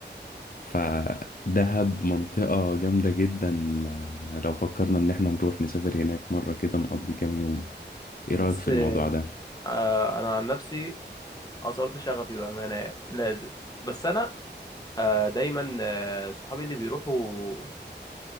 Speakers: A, on the left (about 50°); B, on the left (about 20°).
A: فدهب منطقة جامدة جدا آه، لو فكرنا ان احنا نروح نسافر هناك مرة كده نقضي كام يوم ايه
B: بس
A: رأيك في الموضوع ده
B: آه، أنا عن نفسي أثرت شغفي بأمانة يعني لازم بس أنا آه، دايما آه، صحابي اللي بيروحوا